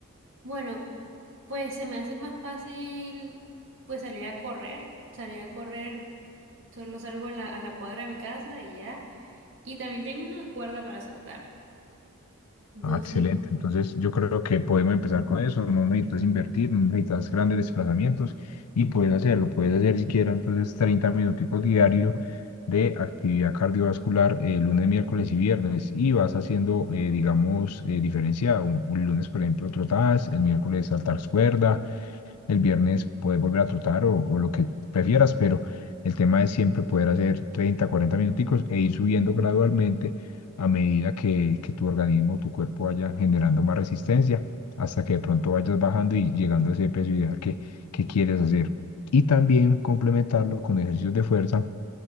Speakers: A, on the right; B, on the left.
A: Bueno, pues se me hace más fácil pues salir a correr, salir a correr, solo salgo en la- a la cuadra de mi casa y ya. Y también tengo una cuerda para saltar. Entonces,
B: Ah, excelente. Entonces, yo creo que podemos empezar con eso. No necesitas invertir, no necesitas grandes desplazamientos y puedes hacerlo. Puedes hacer siquiera entonces 30 minuticos diarios de actividad cardiovascular eh, lunes, miércoles y viernes y vas haciendo, eh, digamos, eh, diferenciado. Un, un lunes, por ejemplo, trotadas, el miércoles saltar cuerda, el viernes puedes volver a trotar o, o lo que prefieras, pero el tema es siempre poder hacer 30, 40 minuticos e ir subiendo gradualmente a medida que, que tu organismo, tu cuerpo vaya generando más resistencia hasta que de pronto vayas bajando y llegando a ese peso ideal que, que quieres hacer. Y también complementarlo con ejercicios de fuerza